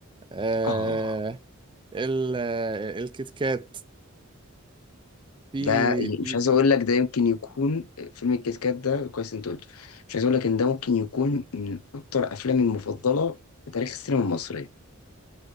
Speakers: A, on the right; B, on the left.
A: آه
B: اه
A: ال... آه، الكتكات في
B: ده ي-
A: في
B: مش عايز اقول لك ده يمكن يكون آه، فيلم الكيت كات ده كويس انت قلته مش عايز اقول لك ان ده ممكن يكون من اكتر افلامي المفضله في تاريخ السينما المصريه